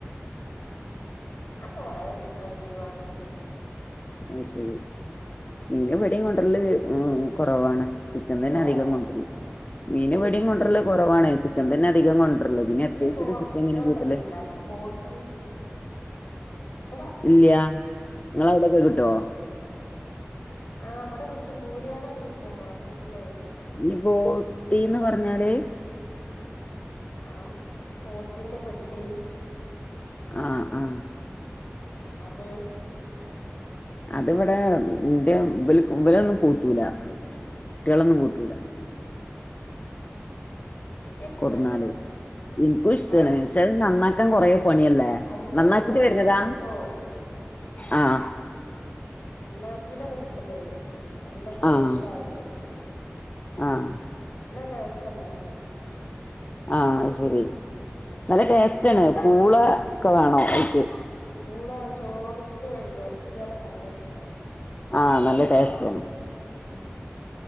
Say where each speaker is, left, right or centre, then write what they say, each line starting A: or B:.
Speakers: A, on the left (about 60°); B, on the left (about 40°).
A: ഞപ്പൊ കൊറേ ദിവസായി മീൻ വാങ്ങി
B: അഹ് ശരി മീന് ബടം കൊണ്ടരല് കൊറവാണ് ചിക്കൻ തന്നെ
A: ഏഹ്
B: അധികം കൊണ്ടരല് മീൻ ബടെയും കൊണ്ടുവരല് കുറവാണ് ചിക്കൻ തന്നെ അധികം കൊണ്ടരല് പിന്നെ എത്രയച്ചിട്ട
A: ഈ ബോ
B: ചിക്കൻ ഇങ്ങനെ
A: ഇതൊണ്ടല്ലോണ്ടാ
B: കൂട്ടല്
A: ബോട്ടി ഇവിടെ
B: ഇല്ല നിങ്ങള അവിടെക്കെ കിട്ടുവ?
A: ആ അവിടെ കിട്ടും കൂര്യാടൊക്കെ കിട്ടും മാർക്കറ്റിലേ
B: ഈ ബോട്ടീന്ന് പറഞ്ഞാല്
A: ആ പോത്തിന്റെ പെട്ടി
B: ആഹ് ആഹ്
A: അത്
B: അതി ഇവിടെ ഇന്റെ ഇവല് വലൊന്നും കൂട്ടൂല കുട്ടിയളൊന്നും കൂട്ടൂല.
A: ഇക്ക്ഇഷ്ട
B: കൊടുന്നാല്
A: ഞാൻ
B: എനിക്കും ഇഷ്ട്ടാണ്
A: വാങ്ങും
B: പക്ഷാ നന്നാക്കാൻ കൊറെ പണിയല്ലേ
A: അല്ല
B: നന്നാക്കിട്ട്
A: നന്നാക്കിയത്
B: വരുന്നതാ.
A: കിട്ടോ
B: ആഹ്
A: നന്നാക്കീതാണ് കിട്ടണ്ടെ നല്ല ഫ്രഷയത്
B: ആഹ് ആഹ്
A: ല്ല ടേസ്റ്റല്ലേ.
B: ആഹ് ശരി നല്ല ടേസ്റ്റ് ആണ് പൂള ഒക്കെ വേണം എൻക്ക്
A: പൂള ചോറ്ക്ക് വരട്ടിയാലക്കെ നല്ലരസ
B: ആഹ് നല്ല ടേസ്റ്റ്
A: ഉം